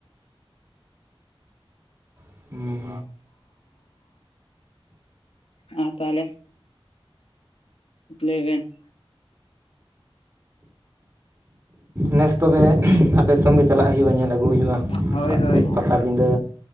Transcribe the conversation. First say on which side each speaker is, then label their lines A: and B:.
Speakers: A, on the right (about 35°); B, on the left (about 80°).
A: ᱦᱚᱸ
B: <inaudible> ᱟ ᱛᱟᱦᱚᱞᱮ ᱞᱮᱵᱮᱱ
A: ᱱᱮᱥ ᱛᱚᱵᱮ ᱟᱯᱮ ᱫᱤᱥᱚᱢ ᱜᱮ ᱪᱟᱞᱟᱜ ᱦᱩᱭᱩᱜᱼᱟ ᱧᱮᱞ ᱟᱹᱜᱩ ᱦᱩᱭᱩᱜᱼᱟ
B: ᱦᱳᱭ ᱦᱳᱭ
A: ᱯᱟᱛᱟᱵᱤᱫᱟᱹ᱾